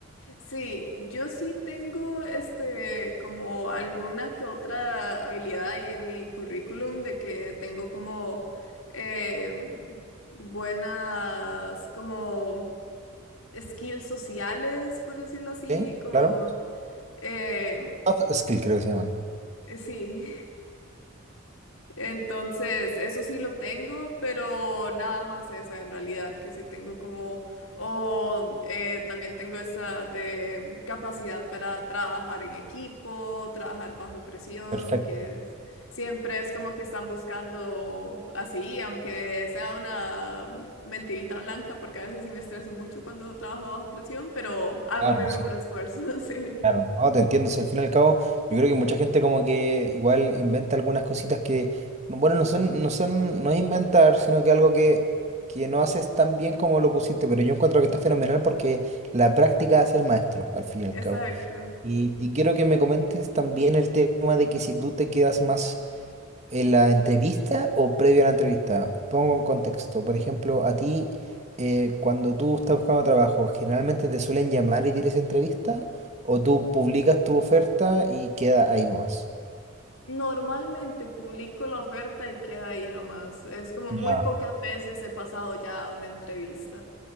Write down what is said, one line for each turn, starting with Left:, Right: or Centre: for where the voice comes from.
Left: sí. Yo sí tengo este como alguna que otra habilidad ahí en mi currículum de que tengo como em, buenas como skills sociales, por decirlo así,
Right: ¿Sí?
Left: como
Right: Claro.
Left: em,
Right: Soft skill creo que se llaman.
Left: sí. <laughs> Entonces, eso sí lo tengo, pero nada más esa en realidad, que sí tengo como, o eh, también tengo esa de capacidad para trabajar en equipo, trabajar bajo presión,
Right: Perfecto.
Left: que es- siempre es como que están buscando así, aunque sea una mentirita blanca, porque a veces sí me estreso mucho cuando trabajo bajo presión, pero hago
Right: Claro,
Left: mi mejor
Right: sí.
Left: esfuerzo, <laughs> sí,
Right: Claro, no, te entiendo. Si al fin y al cabo, yo creo que mucha gente como que igual inventa algunas cositas que, no- bueno, no son, no son, no es inventar, sino que algo que, que no haces tan bien como lo pusiste, pero yo encuentro que está fenomenal porque la práctica hace el maestro, al fin y al
Left: exacto.
Right: cabo. Y, y quiero que me comentes también el tema de que si tú te quedas más ¿En la entrevista o previo a la entrevista? Pongo en contexto. Por ejemplo, a ti, eh, cuando tú estás buscando trabajo, ¿generalmente te suelen llamar y tienes entrevista? ¿O tú publicas tu oferta y queda ahí nomás?
Left: Normalmente publico la oferta y queda ahí nomás. Es como
Right: Ya.
Left: muy pocas veces he pasado ya a una entrevista.